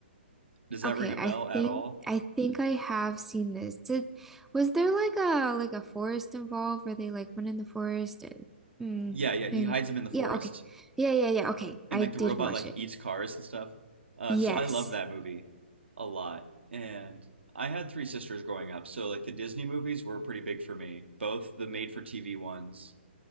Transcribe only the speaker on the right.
Does that
ring a bell
at
all?
Yeah, yeah, he
hides
him in the forest
and
like
the robot
like
eats cars and stuff. Uh,
so I love that movie a lot. And I had three sisters growing up, so like the Disney movies were pretty big for me, both the made-for-TV ones